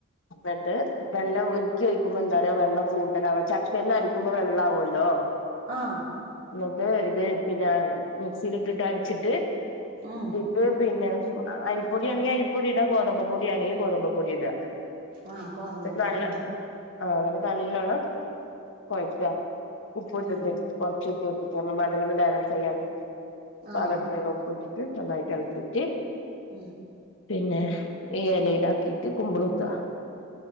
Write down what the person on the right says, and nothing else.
ആഹ്
ഉം
ആഹ് ഗോതമ്പപ്പൊടി
ഇടാ
ഉം
ആഹ്
ഉം